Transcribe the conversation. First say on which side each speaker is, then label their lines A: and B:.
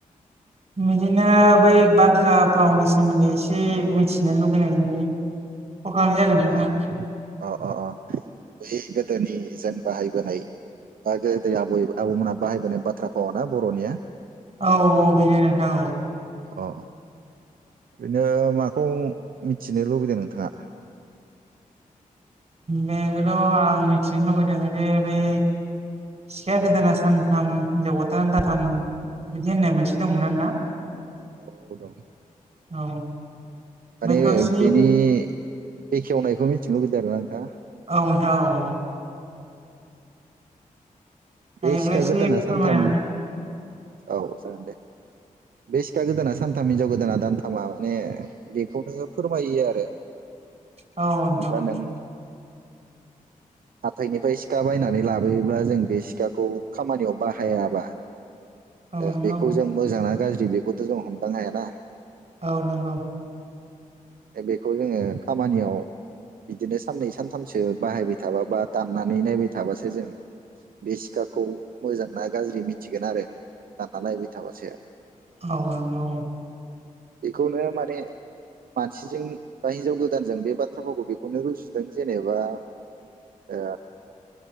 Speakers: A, on the right; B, on the right.
A: बिदिनो बै बाथ्रा फावनि सोमोन्दै एसे मिथिनो लुगैनायनि कल खालामनाय जादोंमोन नोंथां
B: अ अ अ बै गोदोनिजों बाहायबोनाय बा गोदो आबै आबौमोनहा बाहायबोनाय बाथ्रा फावाना बर'निया
A: औ औ बेनो नोंथां औ
B: अ बिदिनो माखौ मिथिनो लुबैदों नोंथाङा?
A: बेखोथ' आं मिथिनो लुबैदों जे बै सिखा गोदाना सानथाम हिनजाव गोदाना दाथाम बिदि होननाय मोनसे दंमोन ना नोंथां
B: औ औ दं।
A: औ।
B: माने
A: बेखौ एसे
B: बेनि बेखेवनायखौ मिथिनो लुुबैदों आरो ना नोंथाङा?
A: औ नोंथां औ औ। हायोब्ला
B: बे सिखा
A: एसे
B: गोदाना
A: फोरमायना
B: सानथाम औ जागोन दे। बे सिखा गोदाना सानथाम हिनजाव गोदाना दानथामा माने बेखौनो फोरमायो आरो
A: होदो
B: जेनबा
A: औ नोंथां औ
B: नों हाथायनिफाय सिखा बायनानै लाबोयोब्ला जों बे सिखा सिखाखौ खामानियाव बाहायाबा ओ
A: औ नंगौ
B: बेखौ जों मोजां ना गाज्रि बेखौथ' जों हमदां हायाना।
A: औ नंगौ।
B: ओ बेखौ जोङो खामानियाव बिदिनो साननै सानथामसो बाहायबाय थाबा बा दाननानै नायबाय थाबासो जों बे सिखाखौ मोजां ना गाज्रि मिथिगोन आरो दानना नायबाय थाबासो।
A: औ नंगौ
B: बेखौनो माने मानसिजों बा हिनजाव गोदानजों बे बाथ्रा फावखौ बेखौनो रुजुदों जेनेबा। ओ